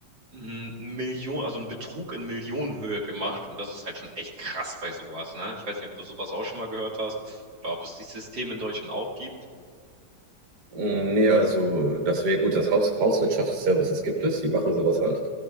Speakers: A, on the right (about 85°); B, on the right (about 55°).
A: mm, Million, also einen Betrug in Millionenhöhe gemacht und das ist halt schon echt krass bei sowas, ne? Ich weiß nicht, ob du sowas auch schon mal gehört hast oder ob es die Systeme in Deutschland auch gibt.
B: Mm, Nee, also das wäre gut, das Haus Hauswirtschaftsservices gibt es, die machen sowas halt.